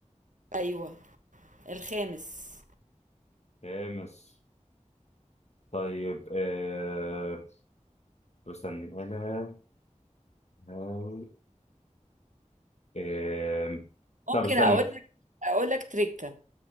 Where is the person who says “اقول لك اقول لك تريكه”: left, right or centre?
Right